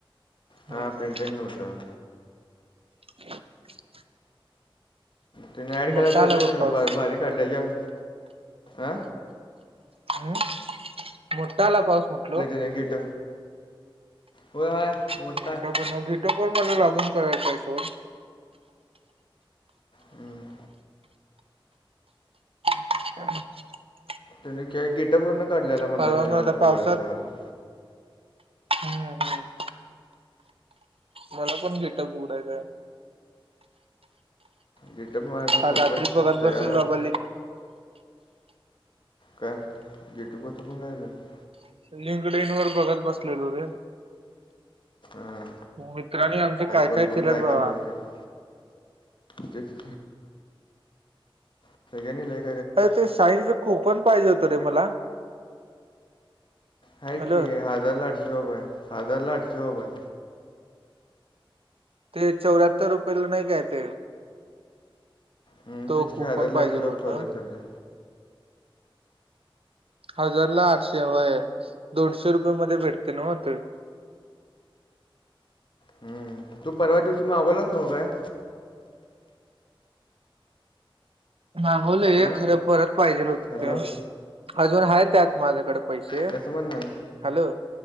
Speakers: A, on the right (about 85°); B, on the left (about 60°).
A: हम्म
B: हा प्रिंटेड नव्हतं.
A: <inaudible>
B: ते नी ऍड
A: मोठा
B: केला तर
A: आला
B: होतेय
A: बघ पाऊस
B: भारी <unintelligible> आ?
A: हम्म मोठा आला पाऊस म्हटलो.
B: ब्रॅकेट हो हाय मोठा
A: <unintelligible> मला लॉगन करायचा आहे फोन.
B: हम्म.
A: <inaudible>
B: त्यांनी काय गेट <unintelligible> न काढल्यालेला म्हटला
A: परवा
B: त्यांना
A: मला
B: प्रोग्राम
A: पावसात
B: सगळा तो?
A: हम्म हम्म. मला पण गेटअप उघडायचं हाय.
B: गेटअप माझ्याकडं
A: काल
B: प्रोफाईल
A: रात्री बघत बसलेलो
B: तयार आहे
A: बाबा
B: बघ. काय गेटअप <unintelligible>
A: लिंकडइनंवर बघत बसलेलो रे.
B: हां
A: मित्रांनी आमचे काय
B: कोण
A: काय
B: कोण
A: केलंत बघा.
B: अपलोड केलं तेच. <unintelligible>
A: अर ते शाईनचं कूपन पाहिजे होतं रे मला.
B: हा
A: हॅलो
B: की आहे हाजारला आठशे रुपय, हाजारला आठशे रुपये.
A: ते चौऱ्याहत्तर रुपयेला नाही काय ते?
B: हम्म
A: तो
B: तेच
A: कुपन
B: की हजारला
A: पाहिजेल
B: आठशे
A: होता
B: <unintelligible> ते नी.
A: हजारला आठशे व्हय दोनशे रुपये मध्ये भेटते नव्हं ते.
B: हम्म. तू परवा दिवशी मावगलाच नव्हं काय?
A: मागवले
B: हां
A: खरं परत पाहिजेल होतं
B: हॅलो
A: ते. अजून आहेत त्यात माझ्याकडे पैसे,
B: कसं म्हणणार
A: हॅलो.